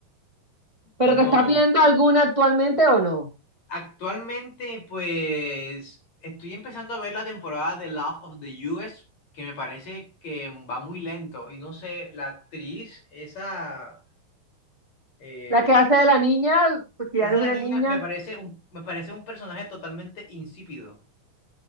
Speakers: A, on the right; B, on the left.
A: ¿Pero
B: No.
A: te estás viendo alguna actualmente o no?
B: Actualmente, pues, estoy empezando a ver la temporada de Love of the US, que me parece que va muy lento. Y no sé, la actriz, esa eh,
A: La que hace de la niña, porque ya
B: que hace
A: no es
B: la
A: una
B: niña,
A: niña.
B: me parece un, me parece un personaje totalmente insípido.